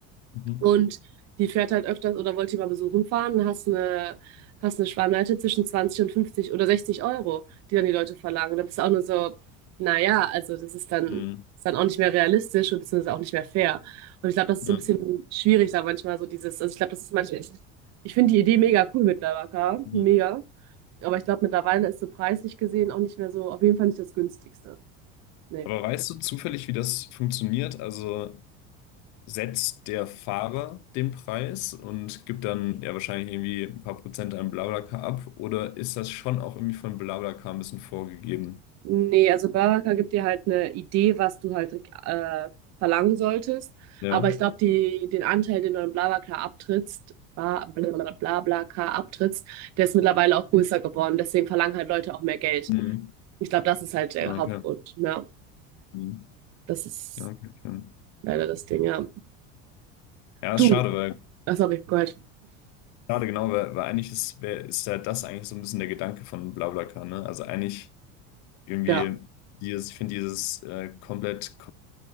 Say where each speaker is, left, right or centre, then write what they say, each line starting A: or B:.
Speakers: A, on the left (about 55°); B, on the right (about 50°).
A: Mhm.
B: Und die fährt halt öfters oder wollte die mal besuchen fahren und hast eine, hast eine Schwarmleite zwischen 20 und 50 oder 60 Euro, die dann die Leute verlangen. Da bist du auch nur so, naja, also das ist dann,
A: Mhm.
B: ist dann auch nicht mehr realistisch und beziehungsweise auch nicht mehr fair. Und ich glaube, das ist
A: Ja.
B: so ein bisschen schwierig da manchmal so dieses, also ich glaube, das ist manchmal, ich finde die Idee mega cool mit Lavaka,
A: Mhm.
B: mega. Aber ich glaube, mittlerweile ist so preislich gesehen auch nicht mehr so, auf jeden Fall nicht das günstigste. Nee.
A: Aber weißt du zufällig, wie das funktioniert? Also setzt der Fahrer den Preis und gibt dann ja wahrscheinlich irgendwie ein paar Prozent an BlaBlaCar ab oder ist das schon auch irgendwie von BlaBlaCar ein bisschen vorgegeben?
B: Nee, also Baraka gibt dir halt eine Idee, was du halt äh, verlangen solltest.
A: Ja.
B: Aber ich glaube, die, den Anteil, den du in Blablacar abtrittst, Ba- blablabla- Blablacar abtrittst, der ist mittlerweile auch größer geworden. Deswegen verlangen halt Leute auch mehr Geld.
A: Mhm.
B: Ich glaube, das ist halt der
A: Ah,
B: Hauptgrund.
A: Okay.
B: Ja,
A: Mhm.
B: das ist
A: Okay, schön.
B: leider das Ding, ja.
A: Ja, ist
B: Du,
A: schade, weil
B: ach, sorry, Gott.
A: schade genau, weil, weil eigentlich ist, wär, ist ja das eigentlich so ein bisschen der Gedanke von BlaBlaCar, ne? Also eigentlich irgendwie
B: Ja,
A: dieses, ich finde dieses äh, komplett